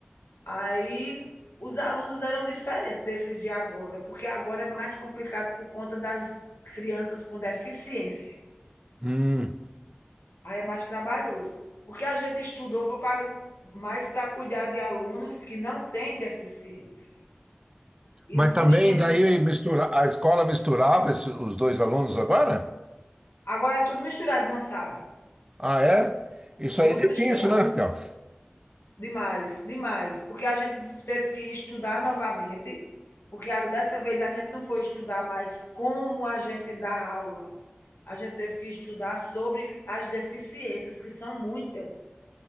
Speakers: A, on the left; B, on the right.
A: Aí os alunos eram diferentes desses de agora, porque agora é mais complicado por conta das crianças com deficiência.
B: Hum,
A: Aí é mais trabalhoso. Porque a gente estudou para, mais para cuidar de alunos que não têm deficiência.
B: mas
A: E
B: também
A: dos tempos.
B: daí mistura, a escola misturava esse- os dois alunos agora?
A: Agora é tudo misturado numa sala.
B: Ah, é? Isso
A: Tudo
B: aí é difícil,
A: misturado.
B: né, Raquel?
A: Demais, demais. Porque a gente teve que estudar novamente, porque a- dessa vez a gente não foi estudar mais como a gente dá aula. A gente teve que estudar sobre as deficiências, que são muitas.